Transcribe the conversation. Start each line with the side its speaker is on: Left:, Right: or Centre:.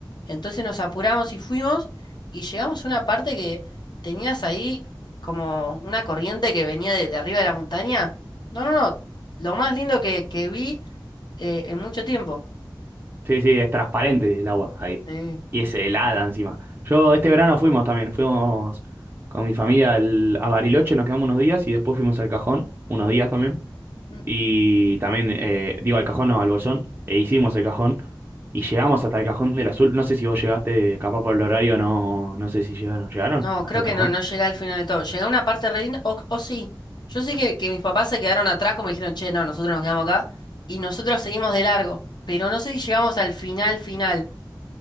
Left: Entonces nos apuramos y fuimos y llegamos a una parte que tenías ahí como una corriente que venía de, de arriba de la montaña. No, no, no, lo más lindo que, que vi eh, en mucho tiempo.
Right: Sí, sí, es transparente el agua ahí.
Left: Sí.
Right: Y es helada encima. Yo este verano fuimos también, fuimos con mi familia al- a Bariloche, nos quedamos unos días y después fuimos al Cajón, unos días también.
Left: Mm.
Right: Y también, eh, digo al Cajón, no, al Bolsón, e hicimos el Cajón y llegamos hasta el Cajón del Azul. No sé si vos llegaste, capaz por el horario, no, no sé si llegaron. ¿Llegaron
Left: No,
Right: hasta
Left: creo
Right: el
Left: que
Right: Cajón?
Left: no, no llegué al final de todo. Llegué a una parte re linda, o, o sí. Yo sé que, que mis papás se quedaron atrás, como dijeron, che, no, nosotros nos quedamos acá y nosotros seguimos de largo. Pero no sé si llegamos al final, final.